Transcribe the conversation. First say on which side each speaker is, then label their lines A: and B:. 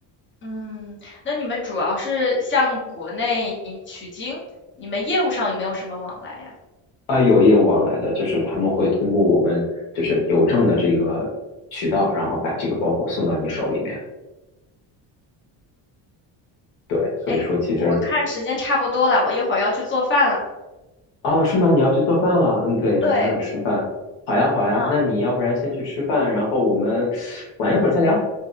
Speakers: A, on the left; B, on the left.
A: 嗯，那你们主要是向国内取经，你们业务上有没有什么往来呀？
B: 啊，有业务往来的，就是他们会通过我们就是邮政的这个渠道，然后把这个包裹送到你手里面。对，所以说其实
A: 哎，我看时间差不多了，我一会儿要去做饭了。
B: 哦，是吗？你要去做饭了？嗯，对，你还没有吃饭。
A: 对，
B: 好呀，好呀，
A: 嗯，
B: 那你要不然先去吃饭，然后我们 <sucks teeth> 晚一会儿再聊。